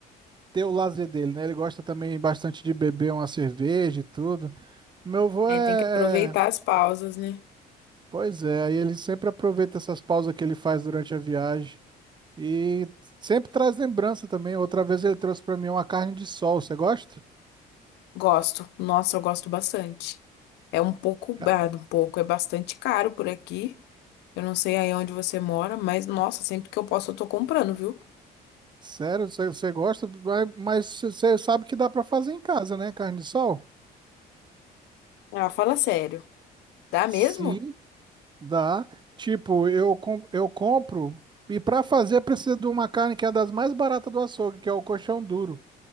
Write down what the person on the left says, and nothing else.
Aí
tem que aproveitar
as pausas, né?
Gosto. Nossa, eu gosto bastante. É um pouco,
ah, um pouco, é bastante caro por aqui. Eu não sei aí onde você mora, mas nossa, sempre que eu posso eu tô comprando, viu?
Ah, fala sério. Dá
mesmo?